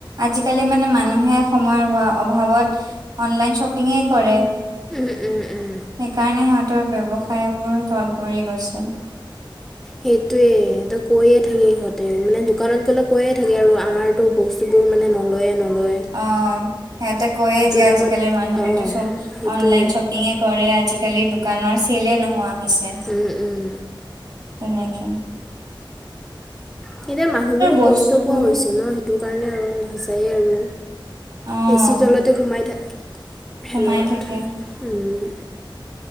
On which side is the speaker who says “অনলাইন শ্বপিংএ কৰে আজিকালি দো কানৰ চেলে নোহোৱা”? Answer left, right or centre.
Right